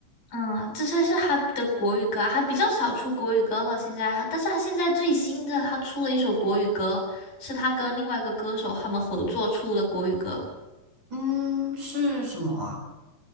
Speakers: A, on the left (about 60°); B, on the right (about 55°).
A: 嗯，这些是他的国语歌啊，他比较少出国语歌了。现在，但是他现在最新的，他出了一首国语歌，是他跟另外一个歌手他们合作出的国语歌。
B: 嗯，是什么啊？